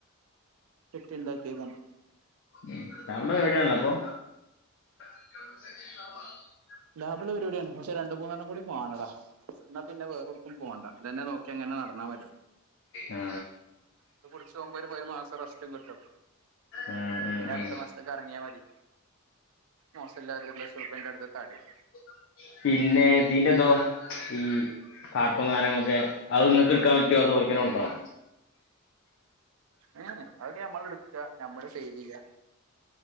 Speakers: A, on the right (about 75°); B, on the left (about 60°).
A: കെട്ടിണ്ടാക്കിയതാണ്
B: ഉം ലാഭള്ള പരിപാടിയാണല്ലേപ്പൊ <inaudible>
A: ലാഭള്ള പരിപാടിയാണ് പക്ഷെ രണ്ടുമൂന്നെണ്ണം കൂടി മാണെടാ ന്നാ പിന്നെ വേറൊടുക്കും പോണ്ട ഇതന്നെ നോക്കി അങ്ങനെ നടന്നാ മതി
B: ആ
A: ഇത് പിടിച്ചോകുമ്പോ ഒരു പയ് മാസ റെസ്റ്റും കിട്ടും
B: ആ, ആ,
A: പിന്നെ അടുത്ത
B: ആ.
A: മാസത്തേക്കെറങ്ങിയാൽ മതി മോശല്ലാതെ ഒരു ലക്ഷം റുപ്പന്റെ അടുത്ത് തടിം
B: <inaudible> പിന്നെ ഇതീന്റെതോ ഈഹ് കാട്ടും കാര്യങ്ങളൊക്കെ അത് ഇങ്ങക്ക്ട്ക്കാൻ പറ്റോ അതോക്കന്നെ കൊടുക്കണോ
A: ഏ എ അതൊക്കെ നമ്മളെടുക്ക നമ്മള് സെയിലെയ്യാ